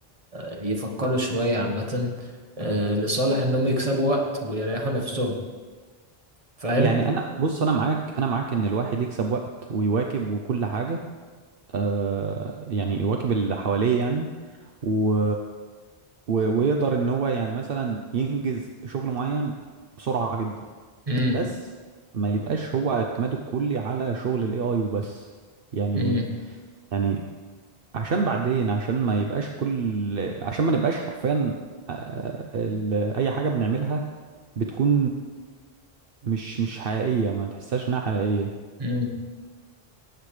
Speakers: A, on the right; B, on the right.
A: يفكروا شوية عامة آه، لصالح إنهم يكسبوا وقت ويريحوا نفسهم فاهم؟
B: يعني انا بص انا معاك انا معاك ان الواحد يكسب وقت ويواكب وكل حاجة آه يعني يواكب اللي حواليه يعني و... و... ويقدر ان هو يعني مثلا ينجز شغل معين بسرعة جدا
A: امم
B: بس ما يبقاش هو اعتماده الكلي على شغل الاي اي وبس يعني
A: امم
B: يعني عشان بعدين عشان ما يبقاش كل عشان ما نبقاش حرفيا آه، ال- اي حاجه بنعملها بتكون مش مش حقيقيه ما تحسهاش انها حقيقيه
A: امم